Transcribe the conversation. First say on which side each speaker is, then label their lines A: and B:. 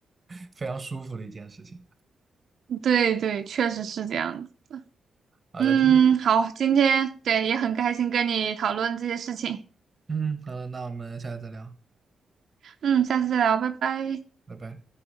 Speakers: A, on the right; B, on the right.
A: <laughs> 非常舒服的一件事情。
B: 对对，确实是这样子。
A: 好的，
B: 嗯，
A: 今天
B: 好，今天对也很开心跟你讨论这些事情。
A: 嗯，好的，那我们下次再聊，
B: 嗯，下次再聊，拜拜。
A: 拜拜。